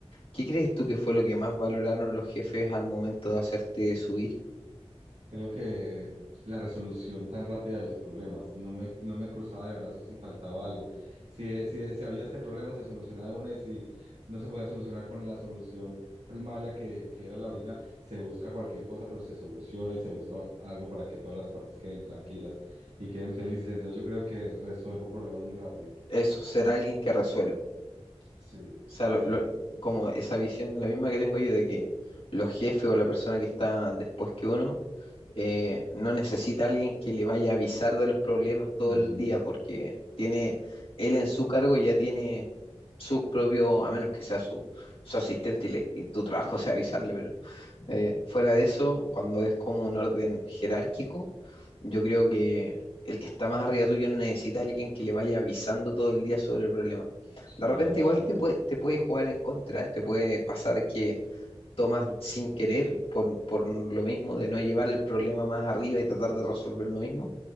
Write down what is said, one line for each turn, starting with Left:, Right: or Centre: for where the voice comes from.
Left: ¿Qué crees tú que fue lo que más valoraron los jefes al momento de hacerte subir?
Right: Creo que la resolución tan rápida de los problemas, no me, no me cruzaba de brazos si faltaba algo. Si, si, si había este problema, se solucionaba de una y si no se podía solucionar con la solución primaria que, que era la original, se busca cualquier cosa, pero se soluciona y se busca algo para que todas las partes queden tranquilas y queden felices. Entonces yo creo que resuelvo problemas muy rápido.
Left: Eso, ser alguien que resuelve.
Right: Sí,
Left: sea,
Right: exacto.
Left: lo- lo- como esa visión, la misma que tengo yo de que los jefes o la persona que está después que uno eh, no necesita a alguien que le vaya a avisar de los problemas todo
Right: Ujú.
Left: el día, porque tiene él en su cargo ya tiene sus propios, a menos que sea su, su asistente y, le- y tu trabajo sea avisarle, pero eh, fuera de eso, cuando es como un orden jerárquico, yo creo que el que está más arriba tuyo no necesita a alguien que le vaya avisando todo el día sobre el problema.
Right: Claro,
Left: De repente igual te puede, te puede jugar en contra, te puede pasar que tomas sin querer por, por lo mismo de no llevar el problema más arriba y tratar de resolverlo mismo,